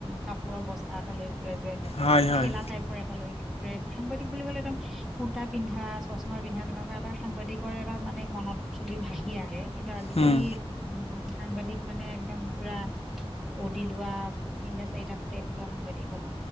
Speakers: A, in the centre; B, on the left.
A: কাপোৰৰ বস্তা এটা লৈ। ফুৰে যে
B: হয় হয়
A: ঠেলা টাইপৰ এটা লৈ ফুৰে। সাংবাদিক বুলি ক'লে একদম কুৰ্তা পিন্ধা, চশমা পিন্ধা, তেনেকুৱা এটা সাংবাদিক। <unintelligible> এটা মানে মনত ছবি ভাহি আহে। কিন্তু আজিকালি
B: উম
A: উম সাংবাদিক মানে একদম পুৰা, অদি লোৱা, তিনিটা চাৰিটা ফ্লেট লোৱা সাংবাদিক হ'ব।